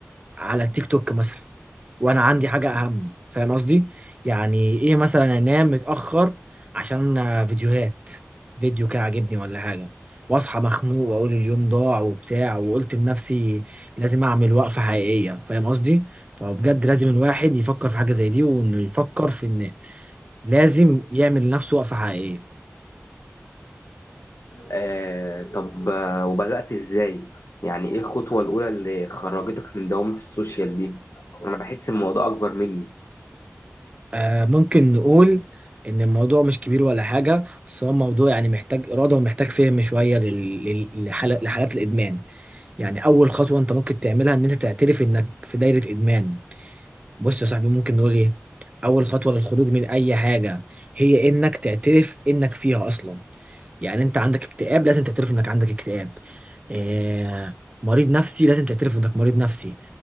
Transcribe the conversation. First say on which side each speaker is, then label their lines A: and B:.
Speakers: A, on the right; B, on the left.
A: على التيك توك مثلا وانا عندي حاجه اهم فاهم قصدي يعني ايه مثلا انام متاخر عشان آه، فيديوهات فيديو كده عاجبني ولا حاجه واصحى مخنوق واقول اليوم ضاع وبتاع وقلت لنفسي لازم اعمل وقفه حقيقيه فاهم قصدي فبجد لازم الواحد يفكر في حاجه زي دي وانه يفكر في ان لازم يعمل لنفسه وقفه حقيقيه
B: آه طب آه، وبدأت إزاي؟ يعني إيه الخطوة الأولى اللي خرجتك من دوامة السوشيال دي؟ أنا بحس الموضوع أكبر مني
A: آه، ممكن نقول إن الموضوع مش كبير ولا حاجة بس هو موضوع يعني محتاج إرادة ومحتاج فهم شوية لل- لل- لحالة- لحالات الإدمان يعني أول خطوة أنت ممكن تعملها إن أنت تعترف إنك في دايرة إدمان بص يا صاحبي ممكن نقول ايه اول خطوه للخروج من اي حاجه هي انك تعترف انك فيها اصلا يعني انت عندك اكتئاب لازم تعترف انك عندك اكتئاب آه مريض نفسي لازم تعترف انك مريض نفسي